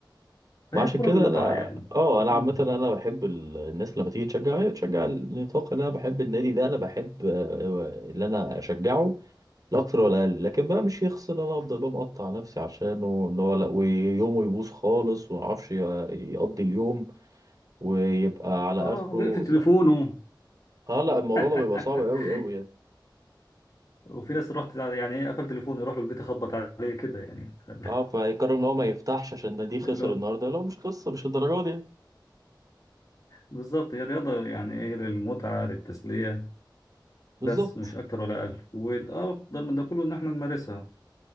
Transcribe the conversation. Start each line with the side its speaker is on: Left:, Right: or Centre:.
Left: فهي
Right: ما عشان
Left: الكره
Right: كده
Left: المتعه
Right: انا
Left: يعني
Right: اه انا
Left: مم.
Right: عامه انا بحب ال- الناس لما تيجي تشجع هي تشجع النطاق اللي انا بحب النادي ده انا بحب آه، اللي انا اشجعه لا اكتر ولا اقل لكن بقى مش يخسر إن انا افضل بقى مقطع نفسي عشانه ان هو لا ويومه يبوظ خالص وما اعرفش ي- يقضي اليوم ويبقى على
Left: اه
Right: اخره
Left: وقف تليفونه
Right: لا اه لا الموضوع
Left: <laughs>
Right: ده بيبقى صعب قوي قوي يعني
Left: وفي ناس رحت يعني ايه قفل تليفونه يروح له البيت يخبط عليه كده يعني <laughs>
Right: اه فيقرر ان هو ما يفتحش عشان النادي خسر
Left: اللي هو
Right: النهارده لا مش قصه مش الدرجه دي يعني.
Left: بالظبط هي رياضة يعني ايه للمتعة للتسلية
Right: بالظبط
Left: بس مش أكتر ولا أقل والأفضل من ده كله إن احنا نمارسها